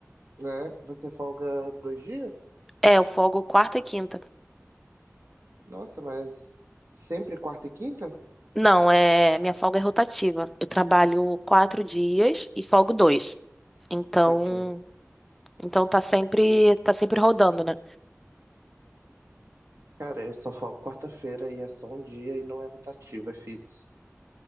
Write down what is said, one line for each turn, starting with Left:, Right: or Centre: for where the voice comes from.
Right: Né? Você folga dois dias?
Centre: É, eu folgo quarta e quinta.
Right: Nossa, mas sempre quarta e quinta?
Centre: Não, é, minha folga é rotativa. Eu trabalho quatro dias e folgo dois. Então,
Right: Ok.
Centre: então tá sempre, tá sempre rodando, né?
Right: Cara, eu só folgo quarta-feira e é só um dia e não é rotativo, é fixo.